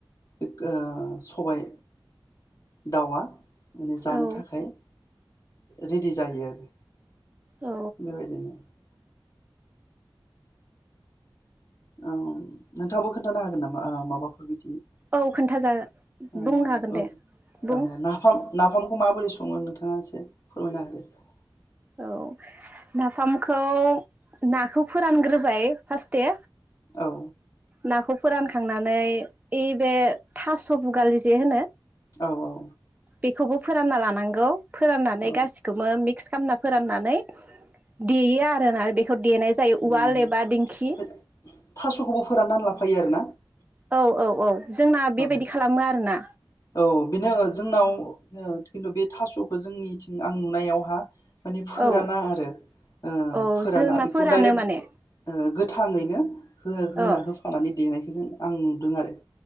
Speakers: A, on the left; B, on the right.
A: बे ओ सबाय दाउआ माने जानो
B: औ
A: थाखाय रेडि जायो आरो
B: औ
A: बेबायदिनो औ नोंथाङाबो खोन्थानो हागोन नामा ओ माबाफोर बिदि
B: औ खोन्थाजागोन
A: ओ
B: बुंनो हागोन
A: ओं
B: दे बुं
A: औ नाफाम नाफामखौ माबोरै सङो नोंथाङा एसे फोरमायनो होदो
B: औ नाफामखौ नाखौ फोरानग्रोबाय फार्स्ट दे
A: औ
B: नाखौ फोरानखांनानै ओइ बे थास' भुगालि जे होनो
A: औ औ
B: बेखौबो फोरानना लानांगौ फोराननानै
A: औ
B: गासिखौबो फक्स खालामना फोराननानै देयो आरोना बेखौ देनाय जायो
A: उम
B: उवाल एबा दिंखि
A: बे थास'खौबो फोराननानै लाफायो आरोना
B: औ औ औ जोंना बेबायदि
A: औ
B: खालामो आरोना
A: औ बेनो जोंनाव खिन्थु बे थास'खौ जोंनिथिं आं नुनायावहा मानि फोराना
B: औ
A: आरो ओ
B: औ
A: फोराना
B: जोंना
A: बेखौ
B: फोरानो
A: डाइरेक्ट
B: माने
A: ओ गोथां गोथाङैनो हो
B: औ
A: होना होफानानै देनायखौ जों आं नु दों आरो